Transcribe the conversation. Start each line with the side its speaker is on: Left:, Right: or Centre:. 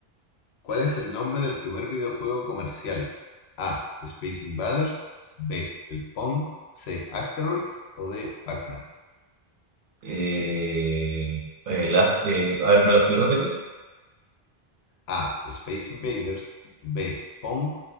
Left: ¿Cuál es el nombre del primer videojuego comercial? A. Space Invaders. B. El Pong. C. Asteroids. O D. Pac-Man.
Right: Eh, eh, las- eh, a ver, ¿me las puedes repetir?
Left: A. Space Invaders. B. Pong.